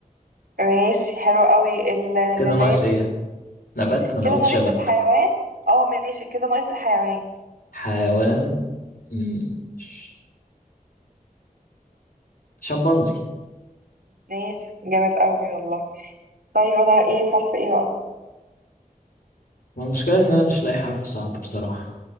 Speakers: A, on the right; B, on the left.
A: ماشي حلو قوي النبات
B: كده ناقص ايه نبات ما انا
A: كده
B: قلت
A: ناقص
B: شبت
A: الحيوان اه ماشي كده ناقص الحيوان
B: حيوان مم، ش- شمبانزي
A: ماشي جامد قوي والله طيب انا ايه حرف ايه بقى
B: ما المشكله ان انا مش لاقي حرف صعب بصراحه